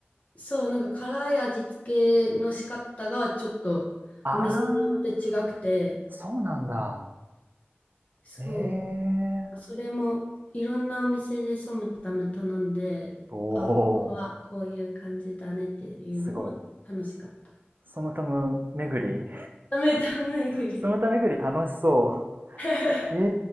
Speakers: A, on the left; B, on the right.
A: う、そう、なんか辛い味付けの仕方がちょっとお店によって違くて、
B: ああ、そうなんだ。
A: そう、
B: ええ
A: それもいろんなお店でソムタム頼んで、
B: ー。おお、
A: あ、ここはこういう感じだねっていうのも楽しかった。
B: すごい。ソムタム巡り
A: ダメダメ巡り。
B: <laughs> ソムタ巡り楽しそ
A: <laughs>
B: う。ええ